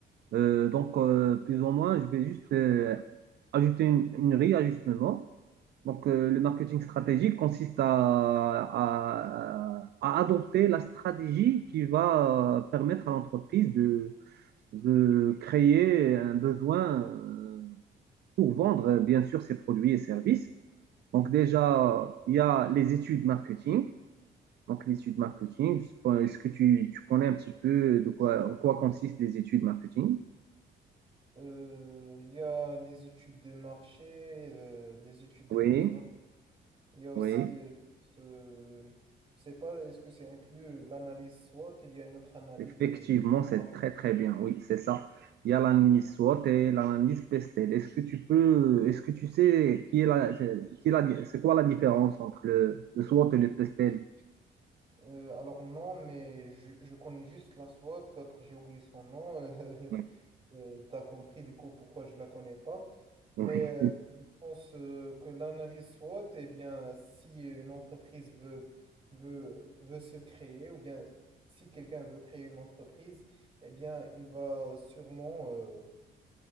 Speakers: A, on the right (about 55°); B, on the right (about 30°).
A: Euh,
B: Mm,
A: donc, euh, plus ou moins, je vais juste euh, ajouter une, une réajustement. Donc, euh,
B: ouais.
A: le marketing stratégique consiste à, à- à adopter la stratégie qui va euh, permettre à l'entreprise de, de créer un besoin euh, pour vendre, euh, bien sûr, ses produits et services. Donc, déjà, il y a les études marketing. Donc, les études marketing, je sais pas, est-ce que tu, tu connais un petit peu de quoi, en quoi consistent les études marketing?
B: Euh, Il y a les études de marché, euh, les études des
A: Oui,
B: besoins. Il y a aussi,
A: oui.
B: euh, ce... je sais pas, est-ce que c'est inclus euh, l'analyse SWOT? Il y a une autre analyse.
A: Effectivement,
B: euh,
A: c'est
B: je me rappelle
A: très très bien.
B: plus.
A: Oui, c'est ça. Il y a l'analyse SWOT et l'analyse PESTEL. Est-ce que tu peux, est-ce que tu sais qui est la, qui est la, c'est quoi la différence entre le, le SWOT et le PESTEL?
B: Euh, alors non, mais je, je connais juste la SWOT, l'autre j'ai oublié son nom. euh,
A: Oui,
B: <laughs> euh, t'as compris du coup pourquoi je la connais pas. Mais
A: oui,
B: euh, je pense euh, que l'analyse SWOT, eh bien, si une entreprise veut, veut, veut se créer, ou bien si quelqu'un veut créer une entreprise, eh bien, il va sûrement euh,